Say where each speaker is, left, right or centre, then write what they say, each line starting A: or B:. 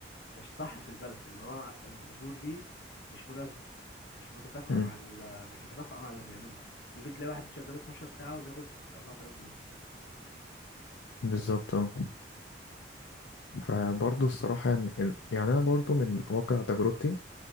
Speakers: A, on the left; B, on the left.
A: مش صح في البلد اللي هو الأجور دي مش مناسبة مش متكافئة
B: أمم،
A: مع ال- مش متكافئة مع اللي بيعمله ممكن تلاقي واحد شغال 12 ساعة وبياخد 4000 جنيه
B: بالظبط اه فبرضه الصراحه يعني يعني انا برضه من واقع تجربتي